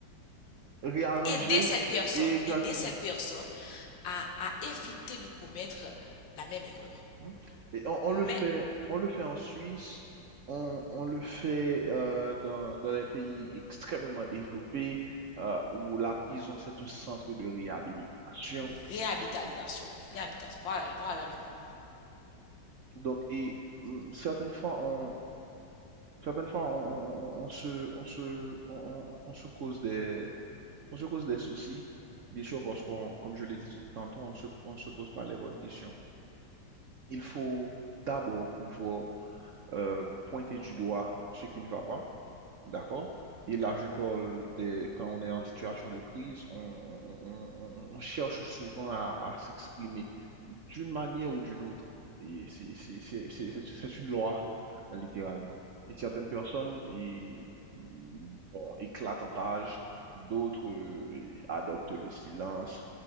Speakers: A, on the right; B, on the left.
A: réarranger,
B: aider cette personne,
A: et exactement.
B: aider cette personne à, à éviter de commettre la même erreur.
A: Mhm. Et on, on
B: Mais
A: le fait, on le fait en Suisse, on, on le fait euh, dans, dans les pays extrêmement développés euh, où la prison, c'est un centre de réhabilitation,
B: réhabilitation, réhabilitation, voilà, voilà le mot.
A: Donc, et hum, certaines fois, on, certaines fois, on, on- on- on se, on se, on, on- on se cause des, on se cause des soucis, bien sûr, parce qu'on, comme je l'ai dit tout- tantôt, on ne se, on ne se pose pas les bonnes questions. Il faut d'abord pouvoir euh, pointer du doigt ce qui ne va pas D'accord? Et là, je parle des, quand on est en situation de crise, on, on- on- on- on cherche souvent à, à s'exprimer d'une manière ou d'une autre. Et c'est c'est- c'est- c'est- c'est- c'est une loi, littéralement. Et certaines personnes ils- bon, éclatent en rage, d'autres euh, adoptent le silence.